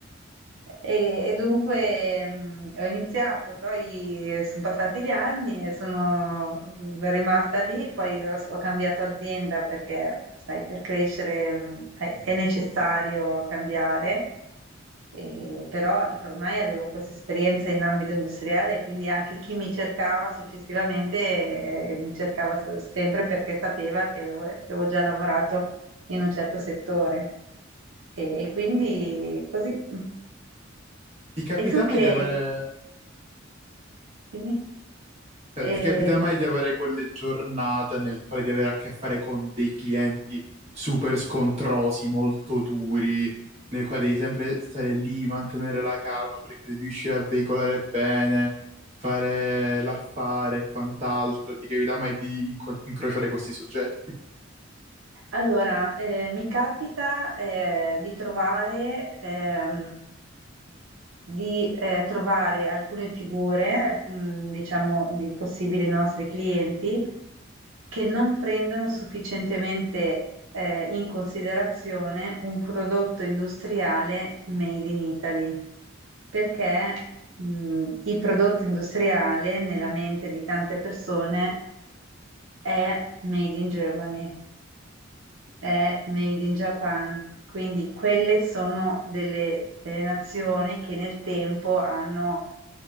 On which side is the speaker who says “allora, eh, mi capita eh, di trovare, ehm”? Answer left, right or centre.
Right